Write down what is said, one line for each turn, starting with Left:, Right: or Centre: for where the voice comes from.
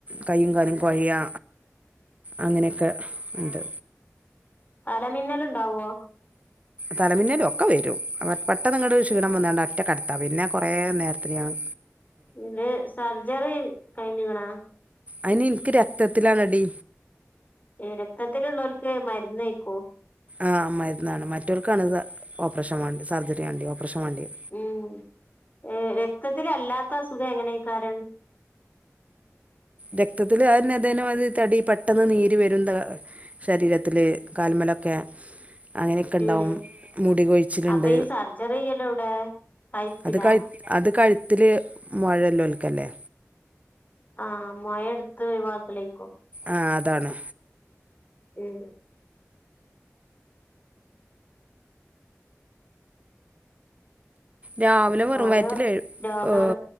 Right: കയ്യുംകാലും കോഴയാ അങ്ങനൊക്കെണ്ട്.
Left: തലമിന്നല്ണ്ടാവോ?
Right: തലമിന്നലുംഒക്ക വരും പെട്ടന്ന്ങ്ങട് ക്ഷീണം വന്നാണ്ട് ഒറ്റക്കെടത്താ പിന്ന കൊറേ നേരത്ത്ങ്ങണെ
Left: പിന്ന സെർജറി കയ്ഞ്ക്ക്ണാ
Right: അയ്ന് ഇനിക്ക് രക്തത്തിലാണടി
Left: ഏഹ് രക്തത്തില്ള്ളോൽക്ക് മര്ന്നയ്ക്കും.
Right: ആഹ് മര്ന്നാണ് മറ്റോൽക്കാണ് ഓപ്പറേഷൻ വാണ്ട്യെ സെർജറി വേണ്ടിയെ ഒപ്പറേഷൻ വാണ്ടിയെ
Left: ഉം എ രക്തത്തിലല്ലാത്ത അസുഖം എങ്ങനയ്ക്കാരം
Right: രക്തത്തില് അന്നെതെന്നെമാതിരി പെട്ടന്ന് നീര് വരും ന്താ.. ശരീരത്തില് കാല്മലൊക്കെ അങ്ങനെക്കെണ്ടാവും
Left: ഉം
Right: മുടി കൊഴിച്ചില്ണ്ട്
Left: അപ്പൊ ഈ സർജറി ചെയ്യലെവിടെ കഴുത്തിലാ
Right: അത് കഴി അത് കഴ്ത്തില് മൊഴള്ളോല്ക്കല്ലേ
Left: ആഹ് മൊഴെട്ത്ത് ഒഴിവാക്കലേക്കും.
Right: ആഹ് അതാണ്.
Left: ഉം
Right: രാവിലെ വെറും
Left: ഓരോ
Right: വയറ്റില്
Left: രോഗങ്ങള്
Right: ഓ